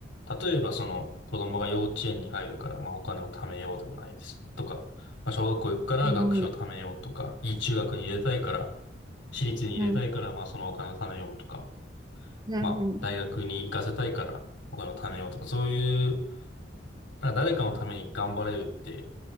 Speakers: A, on the left; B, on the right.
A: 例えばその子供が幼稚園に入るから、まあ、お金を貯めようでもないです。とか、まあ、小学校行くから学費を貯めようとか、
B: ん、
A: いい中学に入れたいから、私立に入れたいから、
B: うん、
A: まあ、そのお金を貯めようとか、
B: うん、
A: まあ、大学に行かせたいからお金を貯めようとか、そういう、なんか誰かのために頑張れるって